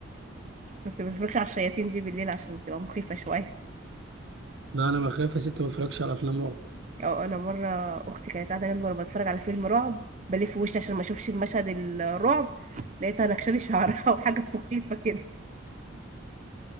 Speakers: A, on the right; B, on the right.
A: بس ما بتفرجش على الشياطين دي بالليل عشان تبقى مخيفة شوية
B: لا انا بخاف يا ست ما بتفرجش على افلام رعب
A: او انا مرة اختي كانت قاعدة جنبي وانا بتفرج على فيلم رعب بلف وشي عشان ما اشوفش المشهد الرعب لقيتها نكشلي شعرها <laughs> وحاجة مخيفة كده